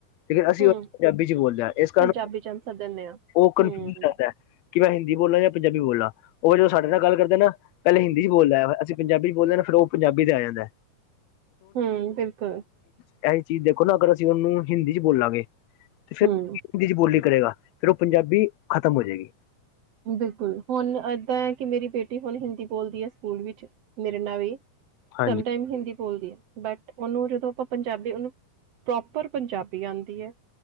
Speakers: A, on the left (about 75°); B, on the right (about 70°).
A: ਲੇਕਨ ਅਸੀਂ
B: ਹੂੰ
A: ਉਹ ਪੰਜਾਬੀ ਚ ਬੋਲਦੇ ਹਾਂ ਇਸ ਕਾਰਨ
B: ਪੰਜਾਬੀ ਚ ਆਂਸਰ ਦਿੰਨੇ ਆ
A: ਉਹ ਕਫਿਊ
B: ਹੂੰ
A: ਕਰਦਾ ਕਿ ਮੈਂ ਹਿੰਦੀ ਬੋਲਾਂ ਜਾਂ ਪੰਜਾਬੀ ਬੋਲਾਂ ਉਹ ਜਦੋਂ ਸਾਡੇ ਨਾਲ ਗੱਲ ਕਰਦਾ ਨਾ ਪਹਿਲੇ ਹਿੰਦੀ ਚ ਬੋਲਦਾ ਆ ਅਸੀਂ ਪੰਜਾਬੀ ਬੋਲਦੇ ਫਿਰ ਉਹ ਪੰਜਾਬੀ ਤੇ ਆ ਜਾਂਦਾ
B: ਹਮ ਬਿਲਕੁਲ
A: ਇਹਹੀ ਚੀਜ਼ ਦੇਖੋ ਨਾ ਅਗਰ ਅਸੀਂ ਉਹਨੂੰ ਹਿੰਦੀ ਚ ਬੋਲਾਂਗੇ ਤੇ ਫਿਰ
B: ਹੂੰ
A: ਹਿੰਦੀ ਚ ਬੋਲੀ ਕਰੇਗਾ ਫਿਰ ਉਹ ਪੰਜਾਬੀ ਖਤਮ ਹੋ ਜਾਏਗੀ
B: ਬਿਲਕੁਲ ਹੁਣ ਏਦਾਂ ਹੈ ਕਿ ਮੇਰੀ ਬੇਟੀ ਹੁਣ ਹਿੰਦੀ ਬੋਲਦੀ ਹੈ ਸਕੂਲ ਵਿੱਚ ਮੇਰੇ ਨਾਲ ਹੀ
A: ਹਾਂਜੀ
B: ਸਮਟਾਈਮ ਹਿੰਦੀ ਬੋਲਦੀ ਹੈ ਬਟ ਉਹਨੂੰ ਜਦੋਂ ਆਪਾਂ ਪੰਜਾਬੀ ਉਹਨੂੰ ਪ੍ਰੋਪਰ ਪੰਜਾਬੀ ਆਉਂਦੀ ਹੈ